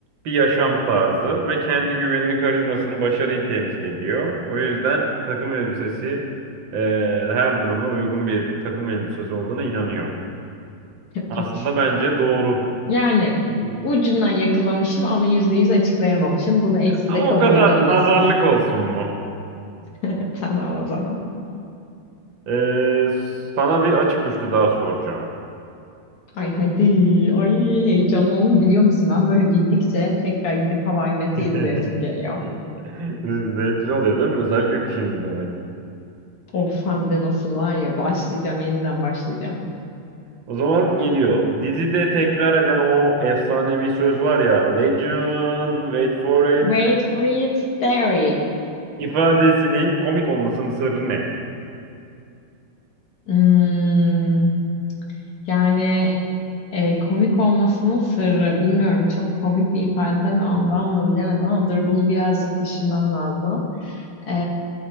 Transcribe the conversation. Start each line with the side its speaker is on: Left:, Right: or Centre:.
Right: Bir yaşam tarzı ve kendi güvenini, karizmasını, başarıyı temsil ediyor. O yüzden takım elbisesi e, her duruma uygun bir takım elbisesi olduğuna inanıyor.
Left: Evet.
Right: Aslında bence doğru.
Left: Yani ucundan yakalamışım ama yüzde yüz açıklayamamışım. Bunu eksi
Right: Ama
Left: de kabul
Right: o kadar
Left: edebilirsin.
Right: nazarlık olsun mu?
Left: <laughs> Tamam o zaman.
Right: E, sana bir açık uçlu daha soracağım.
Left: Ay hadi. Ay heyecanlandım biliyor musun? Ben böyle bildikçe tekrar gidip Hava I Met'i
Right: <laughs>
Left: izleyesim geliyor.
Right: <laughs> Zevkli oluyor değil mi? Özellikle kışın izlemek.
Left: Of hem de nasıl var ya başlayacağım yeniden başlayacağım.
Right: O zaman geliyor. Dizide tekrar eden o efsanevi söz var ya. Legend, wait for it
Left: Wait for it, there.
Right: ifadesinin komik olmasının sırrı ne?
Left: Hmm, yani e, komik olmasının sırrı bilmiyorum çok komik bir ifade mi ondan mı bilemedim ama dur bunu birazcık düşünmem lazım. Ee,